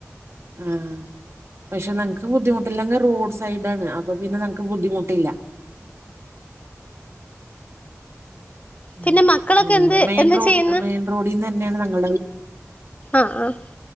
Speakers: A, on the right; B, on the left.
A: ആഹ് പക്ഷെ നങ്ങക്ക് ബുദ്ധിമുട്ടില്ല നങ്ങ റോഡ് സൈഡാണ് അപ്പൊ പിന്നെ നമക്ക് ബുദ്ധിമുട്ടില്ല. ഉ
B: പിന്നെ മക്കളൊക്കെ
A: ഉ
B: എന്ത്
A: മെയിൻ
B: എന്താ
A: റോഡ്
B: ചെയ്യുന്നെ
A: മെയിൻ റോഡിൽന്ന് തന്നെയാണ് ഞങ്ങളുടെ വീ
B: ആഹ് ആഹ്